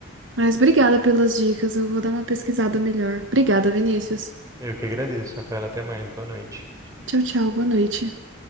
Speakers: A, on the right (about 65°); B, on the right (about 15°).
A: Mas obrigada pelas dicas, eu vou dar uma pesquisada melhor. Obrigada, Vinícius.
B: Eu que agradeço, Rafael. Até mais. Boa noite.
A: Tchau, tchau, boa noite.